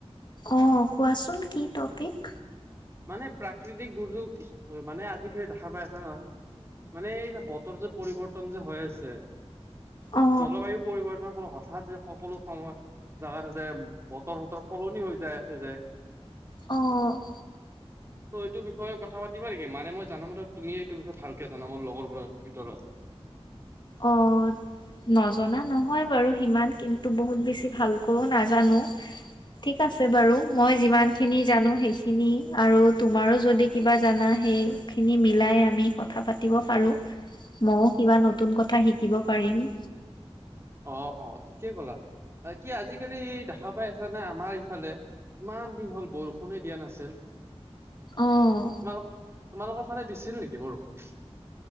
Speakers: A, on the left; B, on the right.
A: অ', কোৱাচোন কি টপিক?
B: মানে প্ৰাকৃতিক দুৰ্যোগ মানে আজি কালি দেখা পাই আছা নহয় মানে এই যে বতৰ যে পৰিৱৰ্তন যে হৈ আছে।
A: অ
B: জলবায়ু পৰিৱৰ্তনৰ ফলত হঠাৎ যে সকলো সময় জাগা এটা যে বতৰ - সতৰ সলনি হৈ যাই আছে যে -
A: অ'।
B: তো এইটো বিষয়ে কথা পাতিবা নেকি? মানে মই জানামতে তুমি এইটো বিষয়ে ভালকে জানা মোৰ লগৰবোৰৰ ভিতৰত।
A: অ'। নজনা নহয় বাৰু সিমান। কিন্তু বহুত বেছি ভালকৈও নাজানো। ঠিক আছে বাৰু মই যিমান - খিনি জানো সেইখিনি আৰু তোমাৰো যদি কিবা জানা সেইখিনি মিলাই আমি <unintelligible> কথা পাতিব পাৰো, মই কিবা নতুন কথা শিকিব পাৰিম।
B: অ', অ', ঠিকেই ক'লা। বাকী আজিকালি দেখা পাই আছানে আমাৰ ইফালে - ইমান দিন হ'ল বৰষুণে দিয়া নাছিল।
A: অ',
B: তোমালোক তোমালোকৰ ফালে দিছিল নেকি বৰষুণ?